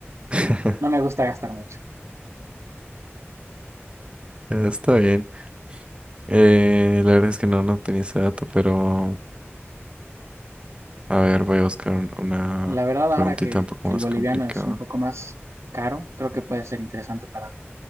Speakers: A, on the right; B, on the right.
A: <laughs>
B: no me gusta gastar mucho.
A: Está bien. Eh, la verdad es que no, no tenía ese dato, pero a ver, voy a buscar un- una
B: La verdad,
A: preguntita
B: ahora que,
A: un poco
B: que
A: más
B: el boliviano
A: complicada.
B: es un poco más caro, creo que puede ser interesante para